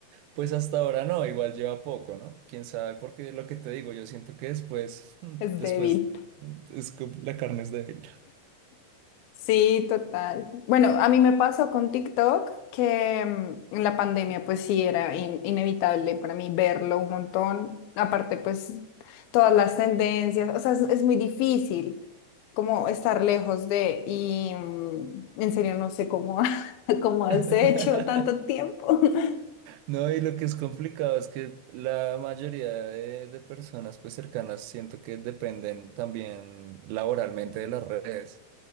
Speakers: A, on the right (about 80°); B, on the left (about 70°).
A: Pues hasta ahora no, igual lleva poco, ¿no? Quién sabe, porque lo que te digo, yo siento que después, mm,
B: Es
A: después
B: débil.
A: mm, es com- la carne es débil.
B: Sí, total. Bueno, a mí me pasó con TikTok que mm, en la pandemia pues sí era in- inevitable para mí verlo un montón. Aparte pues todas las tendencias, o sea, es, es muy difícil como estar lejos de y mm, en serio no sé cómo, <laughs> cómo has
A: <laughs>
B: hecho tanto tiempo. <laughs>
A: No, y lo que es complicado es que la mayoría de, de personas pues cercanas siento que dependen también laboralmente de las redes.